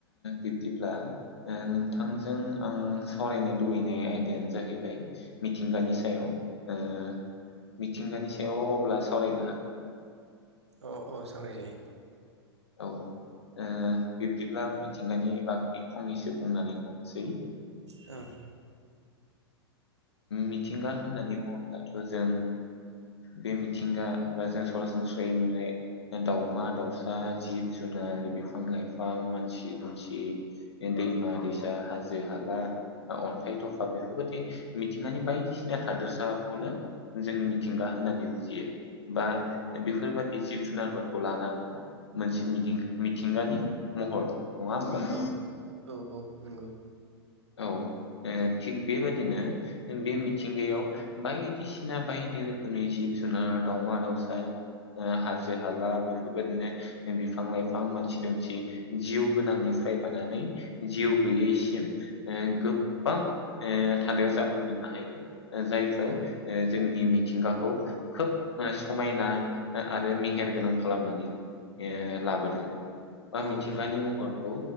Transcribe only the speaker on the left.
बिब्दिब्ला नोंथांजों आं सावरायनो लुबैनाय आयदायानो जाहैबाय मिथिंगानि सायाव ओ मिथिंगानि सायाव अब्ला सावरायनो हागोन
औ ओ बिब्दिब्ला आं मिथिंगानि बागै फंनैसो बुंनानै लानोसै
मिथिंगा होननानै बुङोब्लाथ' जों बे मिथिंगा बा जों ओ सरासनस्रायै नुनाय दाावमा दाउसा जिब जुनार बिफां लाइफां मानसि दुमसि दैमा दैसा हाजो हाला अन्थाइ थफा बेफोरबायाददि मिथिंगानि बायदिसिना हादोरसाखौनो जों मिथिंगा होननानै बुजियो बा बेफोरबादि जिब जुनारफोरखौ लानानै मोनसे मिदिं मिथिंगानि महर नङा होमबा
औ थिग बेबादिनो बे मिथिंगायाव बायदिसिना बायदि रोखोमनि जिब जुनार दावमा दावसा ओ हाजो हाला बेफोरबायदिनो बिफां लाइफां मानसि दुमसि जिउ गोनांनिफ्राय लानानै जिउ गैयैसिम ओ गोबां ओ थादेर जाफ मोननो हायो जायफोर
ओ जोंनि मिथिंगाखौ खोब समायना आरो मेहेरगोनां खालामनानै ओ लाबोदों बा
मिथिंगानि
महरखौ